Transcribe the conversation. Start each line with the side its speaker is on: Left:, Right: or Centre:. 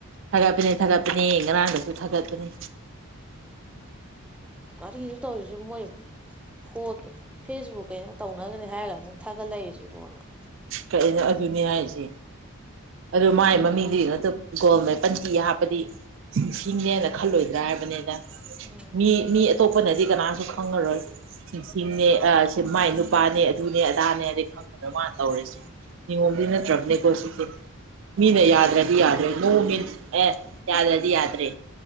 Right: ꯊꯥꯒꯠꯄꯤꯅꯤ ꯊꯥꯒꯠꯄꯤꯅꯤ ꯉꯔꯥꯡꯗꯁꯨ ꯊꯥꯒꯠꯄꯅꯤ
Centre: ꯀꯔꯤꯅ ꯇꯧꯔꯤꯁꯦ ꯃꯣꯏ ꯐꯣꯠꯇ ꯐꯦꯁꯕꯨꯛ ꯀꯩꯅꯣ ꯇꯧꯅꯈ꯭ꯔꯅꯤ ꯍꯥꯏꯔꯒ ꯑꯃꯨꯛ ꯊꯥꯒꯠꯂꯛꯏ ꯁꯤꯕꯣꯅ
Right: ꯀꯩꯅꯣ ꯑꯗꯨꯅꯦ ꯍꯥꯏꯁꯦ ꯑꯗꯨ ꯃꯥꯏ ꯃꯃꯤꯡꯗꯨ ꯅ ꯑꯗꯨ ꯒꯣꯜꯃꯦ ꯄꯟꯇꯤ ꯍꯥꯞꯄꯗꯤ ꯁꯤꯡꯅꯦꯦꯅ ꯈꯜꯂꯣꯏꯗ꯭ꯔꯥ ꯍꯥꯏꯕꯅꯤꯅ
Centre: ꯎꯝ
Right: ꯃꯤ ꯃꯤ ꯑꯇꯣꯞꯄꯅꯗꯤ ꯀꯅꯥ ꯗꯨꯁꯪꯒꯔꯣꯏ ꯁꯤꯡꯅꯦ
Centre: ꯎꯝ
Right: ꯁꯤ ꯃꯥꯏ ꯅꯨꯄꯥꯅꯦ ꯑꯗꯨꯅꯦ ꯑꯗꯥꯅꯦꯗꯤ ꯈꯪꯕꯗ ꯃꯥꯅ ꯇꯧꯔꯁꯤꯦ ꯑꯣꯝꯂꯤ ꯅ
Centre: ꯎꯝ
Right: ꯇ꯭ꯔꯛꯅꯤ ꯀꯣꯁꯤꯁꯤ ꯃꯤꯅ ꯌꯥꯗ꯭ꯔꯗꯤ ꯌꯥꯗ꯭ꯔꯦ ꯅꯣꯡ ꯃꯤꯁ ꯑꯦ ꯌꯥꯗ꯭ꯔꯗꯤ ꯌꯥꯗ꯭ꯔꯦ